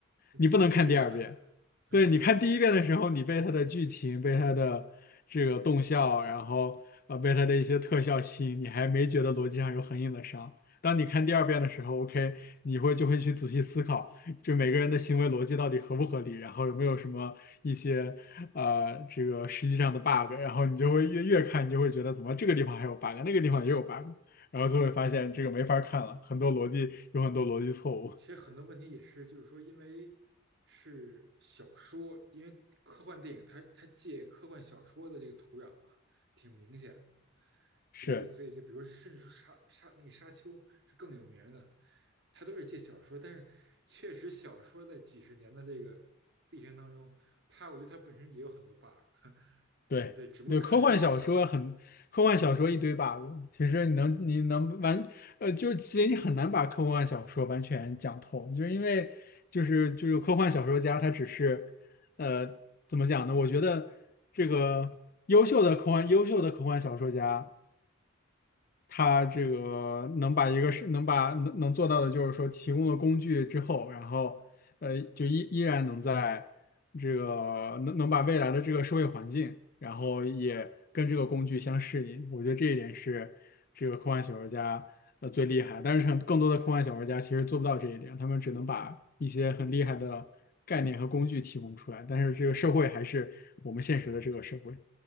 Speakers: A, on the left; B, on the right.
A: 你不能看第二遍。
B: 终《终结者》，<laughs>
A: 对，你看第一遍的时候，
B: 对，
A: 你被它的剧情、被它的这个动效，然后呃，被它的一些特效吸引，你还没觉得逻辑上有很硬的伤。当你看第二遍的时候，OK，你会就会去仔细思考，就每个人的行为逻辑到底合不合理，然后有没有什么一些呃这个实际上的 bug，然后你就会越越看，你就会觉得怎么这个地方还有 bug，那个地方也有 bug，然后就会发现这个没法看了，很多逻辑有很多逻辑错误。
B: 其实很多问题也是，就是说，因为是小说，因为科幻电影它它借科幻小说的这个土壤啊，挺明显的，
A: <laughs> 是。
B: 所以所以就比如说，甚至说沙沙那个沙丘是更有名的，它都是借小说，但是确实小说在几十年的这个历程当中，它我觉得它本身也有很多 bug，<laughs>
A: 对，
B: 对，只不过看的人比较少。
A: 就科幻小说很，
B: <laughs>
A: 科幻小说一堆
B: 嗯，
A: bug，其实你能你能完，呃，就其实你很难把科幻小说完全讲透，就是因为就是就是科幻小说家他只是，呃，怎么讲呢？我觉得这个优秀的科幻优秀的科幻小说家。他这个能把一个是能把能能做到的，就是说提供了工具之后，然后呃，就依依然能在这个能能把未来的这个社会环境，然后也跟这个工具相适应。我觉得这一点是这个科幻小说家呃最厉害，但是很更多的科幻小说家其实做不到这一点，他们只能把一些很厉害的概念和工具提供出来，但是这个社会还是我们现实的这个社会。